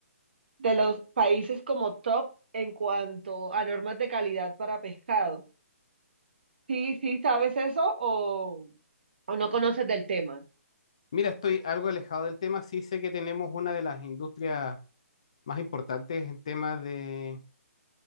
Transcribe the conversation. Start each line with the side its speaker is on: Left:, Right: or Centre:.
Right: de los países como top en cuanto a normas de calidad para pescado. Sí, sí, ¿sabes eso o, o no conoces del tema?
Left: Mira, estoy algo alejado del tema. Sí sé que tenemos una de las industrias más importantes en temas de